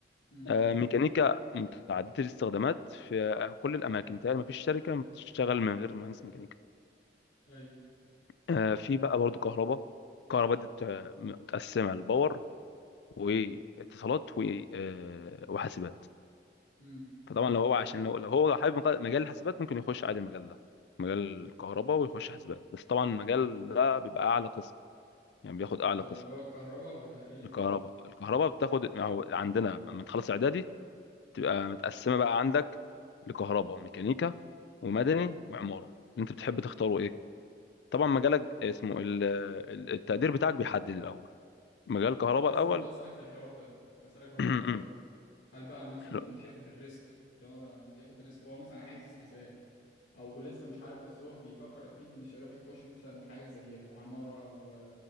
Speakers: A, on the left (about 80°); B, on the left (about 65°).
A: امم
B: آه، ميكانيكا متعددة الاستخدامات في كل الأماكن بتهيألي مفيش شركة بتشتغل من غير مهندس ميكانيكا
A: ايوه
B: آه، في بقى برضو كهرباء كهرباء دي بت- متقسمة لباور واتصالات و- آه، وحاسبات
A: امم
B: فطبعا لو هو عشان لو لو هو حابب مق- مجال الحاسبات ممكن يخش عادي المجال ده مجال الكهرباء ويخش حاسبات بس طبعا المجال ده بيبقى أعلى قسم يعني بياخد أعلى
A: ده
B: قسم
A: اللي هو الكهرباء ولا ايه؟
B: الكهرباء الكهرباء بتاخد يعني هو عندنا لما تخلص إعدادي تبقى متقسمه بقى عندك لكهرباء وميكانيكا ومدني وعماره انت بتحب تختاره ايه طبعا مجالك اسمه ال- ال- التقدير بتاعك بيحدد الاول مجال
A: أ-
B: كهرباء
A: كنت لسه
B: الاول
A: برضه هسألك في الحوار ده كنت هسألك برضه
B: <clears throat>
A: في الحوار ده هل بقى مثلا
B: حلو.
A: يخش ياخد الريسك اللي هو بقى ياخد الريسك هو مثلا عايز حاسبات او هو لسه مش عارف بس هو بيفكر اكيد مش هيروح يخش مثلا حاجه زي عماره او